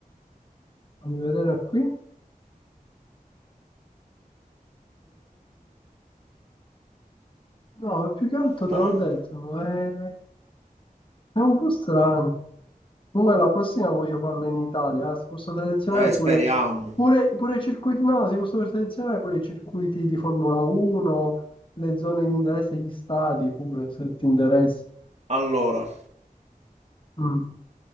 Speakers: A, on the left; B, on the right.
A: Fammi vedere qui. Eh, No, più che altro
B: Ma
A: te l'ho
B: non...
A: detto, è, è un po' strano. Comunque la prossima voglio farla in Italia, eh. Si possono selezionare
B: Eh, speriamo.
A: pure, pure, pure i circuiti, no, si possono selezionare pure i circuiti di Formula 1, le zone di interesse, gli stadi pure, se ti interessa.
B: Allora,
A: Mm,